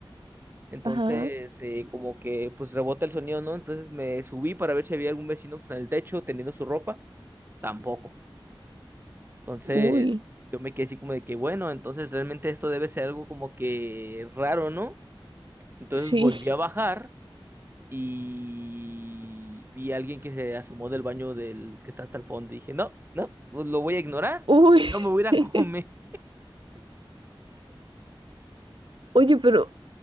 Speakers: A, on the right (about 25°); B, on the right (about 65°).
A: entonces
B: Ajá.
A: eh, como que pues rebota el sonido, ¿no? Entonces me subí para ver si había algún vecino pues, en el techo teniendo su ropa, tampoco. Entonces
B: Uy.
A: yo me quedé así como de que, bueno, entonces realmente esto debe ser algo como que raro, ¿no? Entonces
B: Sí.
A: volví a bajar y vi a alguien que se asomó del baño del que está hasta el fondo. Y dije, no, no, pues lo voy a ignorar.
B: <laughs> Uy.
A: Yo me voy a ir
B: <laughs>
A: a comer.
B: Oye, pero